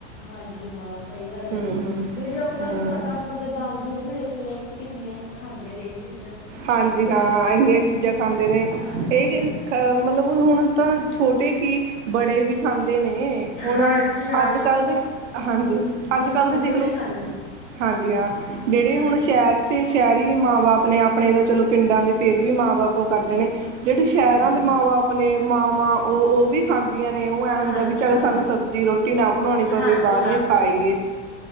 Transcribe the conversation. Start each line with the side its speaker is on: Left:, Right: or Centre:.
Left: ਹਾਂਜੀ ਹਾਂ ਸਹੀ ਗੱਲ
Right: ਹੂੰ
Left: ਹੈ।
Right: ਹੂੰ ਹੂੰ
Left: ਫਿਰ ਲੋਕਾਂ ਨੂੰ ਪਤਾ ਹੋਣ ਦੇ ਬਾਵਜੂਦ ਵੀ ਦੇਖੋ, ਲੋਕ ਕਿੰਨੀਆਂ ਖਾਂਦੇ ਨੇ ਇਹ ਚੀਜ਼ਾਂ।
Right: ਹਾਂਜੀ ਹਾਂ ਇੰਨੀਆਂ ਚੀਜ਼ਾਂ ਖਾਂਦੇ ਨੇ
Left: ਹਾਂਜੀ
Right: ਇਹ
Left: ਹਾਂ,
Right: ਅ ਮਤਲਬ ਹੁਣ ਤਾਂ ਛੋਟੇ ਕੀ ਬੜੇ ਵੀ ਖਾਂਦੇ ਨੇ ਹੁਣ,
Left: ਹਾਂਜੀ ਹਾਂ
Right: ਅੱਜਕੱਲ
Left: ਦੇਖੋ
Right: ਦੇ, ਹਾਂਜੀ ਅੱਜਕੱਲ੍ਹ
Left: ਬਜ਼ੁਰਗ
Right: ਦੀ ਦੇਖ ਲੋ
Left: ਵੀ ਖਾਂਦੇ ਨੇ।
Right: ਹਾਂਜੀ ਹਾਂ ਜਿਹੜੇ
Left: ਹਾਂ,
Right: ਹੁਣ ਸ਼ਹਿਰ ਸ਼ਹਿਰੀ ਮਾਂ -ਬਾਪ ਨੇ ਆਪਣੇ, ਤਾਂ ਚਲੋ ਪਿੰਡਾਂ ਦੇ ਫੇਰ ਵੀ ਮਾਂ- ਬਾਪ ਉਹ ਕਰਦੇ ਨੇ ਜਿਹੜੇ ਸ਼ਹਿਰਾਂ
Left: ਹਾਂਜੀ।
Right: ਦੇ ਮਾਂ- ਬਾਪ ਨੇ ਮਾਂਵਾਂ ਉਹ ਉਹ ਵੀ ਖਾਂਦੀਆਂ ਨੇ ਉਹ। ਐਂ ਹੁੰਦਾ
Left: ਹਾਂਜੀ
Right: ਵੀ
Left: ਹਾਂ।
Right: ਚੱਲ, ਸਾਨੂੰ ਸਬਜ਼ੀ -ਰੋਟੀ ਨਾ ਬਣਾਉਣੀ
Left: ਹਾਂਜੀ
Right: ਪਵੇ, ਬਾਹਰੋਂ ਹੀ ਖਾਈਏ।